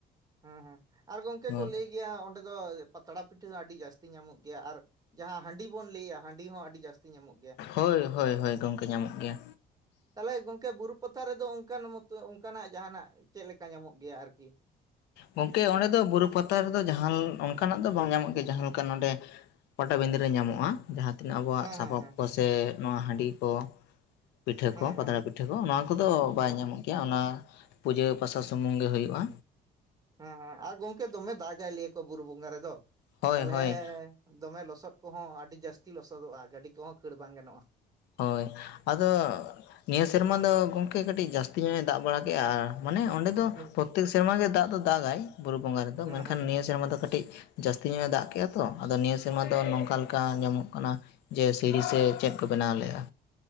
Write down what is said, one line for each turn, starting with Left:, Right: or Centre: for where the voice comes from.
Right: ᱦᱮᱸ ᱦᱮᱸ ᱟᱨ ᱜᱚᱢᱠᱮ
Left: ᱦᱳᱭ
Right: ᱠᱚ ᱞᱟᱹᱭ ᱜᱮᱭᱟ ᱚᱸᱰᱮ ᱫᱚ ᱯᱟᱛᱲᱟ ᱯᱤᱴᱷᱟᱹ ᱦᱚᱸ ᱟᱹᱰᱤ ᱡᱟᱹᱥᱛᱤ ᱧᱟᱢᱚᱜ ᱜᱮᱭᱟ ᱟᱨ ᱡᱟᱦᱟᱸ ᱦᱟᱺᱰᱤ ᱵᱚᱱ ᱞᱟᱹᱭᱟ ᱦᱟᱺᱰᱤ ᱦᱚᱸ ᱟᱹᱰᱤ ᱡᱟᱹᱥᱛᱤ ᱧᱟᱢᱚᱜ ᱠᱟᱱᱟ
Left: ᱦᱳᱭ ᱦᱳᱭ ᱦᱳᱭ ᱜᱚᱝᱠᱮ ᱧᱟᱢᱚᱜ ᱜᱮᱭᱟ
Right: ᱛᱟᱦᱚᱞᱮ ᱜᱚᱝᱠᱮ ᱵᱩᱨᱩ ᱯᱟᱛᱟ ᱨᱮᱫᱚ ᱚᱱᱠᱟᱱ ᱢᱚᱛᱚ ᱚᱱᱠᱟᱱᱟᱜ ᱡᱟᱦᱟᱱᱟᱜ ᱪᱮᱫ ᱞᱮᱠᱟ ᱧᱟᱢᱚᱜ ᱜᱮᱭᱟ ᱟᱨᱠᱤ
Left: ᱜᱚᱝᱠᱮ ᱚᱸᱰᱮ ᱫᱚ ᱵᱩᱨᱩ ᱯᱟᱛᱟ ᱨᱮᱫᱚ ᱚᱱᱠᱟᱱᱟᱜ ᱫᱚ ᱵᱟᱝ ᱧᱟᱢᱚᱜ ᱜᱮᱭᱟ ᱡᱟᱦᱟᱸ ᱞᱮᱠᱟ ᱱᱚᱸᱰᱮ ᱯᱟᱴᱟ ᱵᱤᱸᱫᱟᱹᱨᱮ ᱧᱟᱢᱚᱜᱼᱟ ᱡᱟᱦᱟᱸ ᱛᱤᱱᱟᱹᱜ ᱟᱵᱚᱣᱟᱜ
Right: ᱦᱮᱸ
Left: ᱥᱟᱯᱟᱵ
Right: ᱦᱮᱸ ᱦᱮᱸ
Left: ᱠᱚᱥᱮ ᱱᱚᱣᱟ ᱦᱟᱺᱰᱤ ᱠᱚ ᱯᱤᱴᱷᱟᱹ
Right: ᱦᱮᱸ
Left: ᱠᱚ ᱯᱟᱛᱲᱟ
Right: ᱦᱮᱸ
Left: ᱯᱤᱴᱷᱟᱹ ᱠᱚ ᱱᱚᱣᱟ ᱠᱚᱫᱚ ᱵᱟᱭ
Right: ᱦᱮᱸ ᱦᱮᱸ
Left: ᱧᱟᱢᱚᱜ ᱜᱮᱭᱟ ᱚᱱᱟ ᱯᱩᱡᱟᱹ ᱯᱟᱥᱟ ᱥᱩᱢᱩᱝ ᱜᱮ ᱦᱩᱭᱩᱜᱼᱟ
Right: ᱦᱮᱸ ᱦᱮᱸ ᱟᱨ ᱜᱚᱝᱠᱮ ᱫᱚᱢᱮ ᱫᱟᱜᱟᱭ ᱞᱮᱭᱟ ᱠᱚ ᱵᱩᱨᱩ ᱵᱚᱸᱜᱟ ᱨᱮᱫᱚ
Left: ᱦᱳᱭ
Right: ᱛᱟᱦᱚᱞᱮ?
Left: ᱦᱳᱭ
Right: ᱫᱚᱢᱮ ᱞᱚᱥᱚᱫ ᱠᱚᱦᱚᱸ ᱟᱹᱰᱤ ᱡᱟᱹᱥᱛᱤ ᱞᱚᱥᱚᱫᱚᱜᱼᱟ ᱜᱟᱹᱰᱤ ᱠᱚᱦᱚᱸ ᱠᱷᱟᱹᱲ ᱵᱟᱝ ᱜᱟᱱᱚᱜᱼᱟ
Left: ᱦᱳᱭ ᱟᱫᱚ ᱱᱤᱭᱟᱹ ᱥᱮᱨᱢᱟ ᱫᱚ ᱜᱚᱝᱠᱮ ᱠᱟᱹᱴᱤᱡ ᱡᱟᱹᱥᱛᱤ ᱧᱚᱜ ᱮ ᱫᱟᱜ ᱵᱟᱲᱟ ᱠᱮᱫᱼᱟ ᱟᱨ ᱢᱟᱱᱮ ᱚᱸᱰᱮ ᱫᱚ ᱫᱚ
Right: ᱦᱮᱸ
Left: ᱯᱚᱛᱛᱮᱠ ᱥᱮᱨᱢᱟ ᱜᱮ ᱫᱟᱜ ᱫᱚ ᱫᱟᱜᱟᱭ ᱵᱩᱨᱩ ᱵᱚᱸᱜᱟ ᱨᱮᱫᱚ
Right: ᱦᱮᱸ
Left: ᱢᱮᱱᱠᱷᱟᱱ
Right: ᱦᱮᱸ
Left: ᱱᱤᱭᱟᱹ ᱥᱮᱨᱢᱟ ᱫᱚ ᱠᱟᱹᱴᱤᱡ ᱡᱟᱹᱥᱛᱤ ᱧᱚᱜ ᱮ ᱫᱟᱜ ᱠᱮᱫᱼᱟ ᱛᱚ ᱟᱫᱚ ᱱᱤᱭᱟᱹ ᱥᱮᱨᱢᱟ ᱫᱚ ᱱᱚᱝᱠᱟ ᱞᱮᱠᱟ ᱧᱟᱢᱚᱜ ᱠᱟᱱᱟ ᱡᱮ ᱥᱤᱲᱤ ᱥᱮ ᱪᱮᱫ ᱠᱚ ᱵᱮᱱᱟᱣ ᱞᱮᱫᱼᱟ